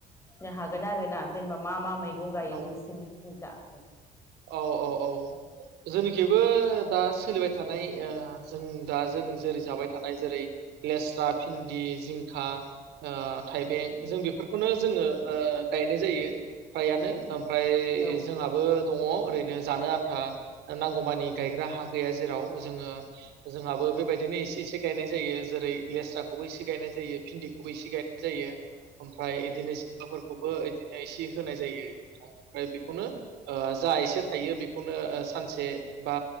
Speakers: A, on the left; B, on the right.
A: नो हागोन आरोना जेनेबा मा मा मै गं गायो
B: औ
A: नोंसोरनिथिं जा? <unintelligible>
B: औ औ औ जोंनिखिबो दा सोलिबाय थानाय ओ जों दा जों जेरै जाबाय थानाय जेरै लेस्रा, भिन्दि, जिंखा ओ थाइबें जों बेफोर खौनो जोङो ओ गायनाय जायो फ्रायानो ओमफ्राय
A: औ
B: जोंहाबो दङ ओरैनो जानो आन्था नांगौमानि गायग्रा हा गैया जेराव जोङो जोंहाबो बेबायदिनो एसे एसे गायनाय जायो जेरै लेस्राखौबो एसे गायनाय जायो भिन्दिखौबो एसे गायनाय जायो। ओमफ्राय इदिनो जिंखा फोरखौ बो इदिनो एसे होनाय जायो नोंथां ओमफ्राय बेखौनो ओ जा एसे थायो बेखौनो ओ सानसे बा